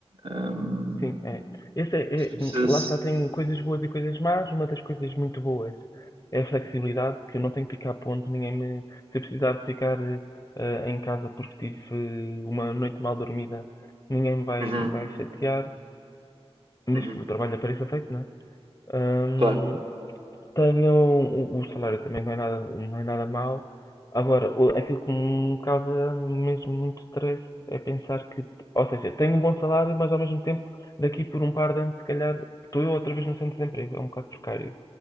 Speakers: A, on the right; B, on the left.
A: Um,
B: sim, é. Esse é- é-
A: se-
B: Lá
A: se-
B: está, tem coisas boas e coisas más. Uma das coisas muito boas é a flexibilidade, que eu não tenho que ficar a ponto, ninguém me. Se eu precisar de ficar eh, em casa porque tive eh, uma noite mal dormida, ninguém me vai,
A: Uhum,
B: vai chatear.
A: uhum,
B: Diz que o trabalho apareça feito, não é? Hum,
A: claro.
B: tenho o, o salário também não é nada, não é nada mau. Agora, o- aquilo que me causa mesmo muito stress é pensar que, ou seja, tenho um bom salário, mas ao mesmo tempo, daqui por um par de anos, se calhar, estou eu outra vez no centro de desemprego. É um bocado precário.